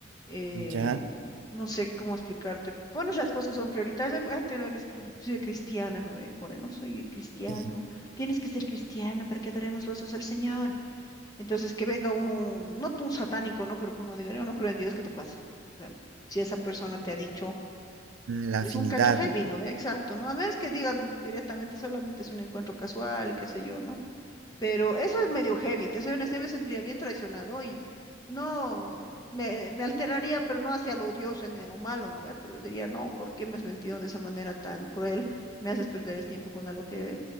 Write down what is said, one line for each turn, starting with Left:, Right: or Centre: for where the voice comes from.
Left: eh,
Right: ya.
Left: no sé cómo explicarte, pones las cosas que son prioritarias, hay gente no que es que inclusive cristiana, no ve, pone, no soy cristiano,
Right: eh,
Left: tienes que ser cristiano para que adoremos los dos al Señor. Entonces que venga uno, no un satánico, ¿no? Pero que uno diga, yo no creo en Dios, ¿qué te pasa? O sea, si esa persona te ha dicho,
Right: La
Left: es
Right: afinidad,
Left: un cacho heavy,
Right: ¿no?
Left: ¿no ve? Exacto, ¿no? A menos que digan directamente, solamente es un encuentro casual y qué sé yo, ¿no? Pero eso es medio heavy, te soy honesta, yo me sentiría bien traicionado y no, me, me alteraría, pero no hacia lo odioso ni a lo malo, ¿no? ve? Pero diría, no, ¿por qué me has mentido de esa manera tan cruel? Me haces perder el tiempo con algo que,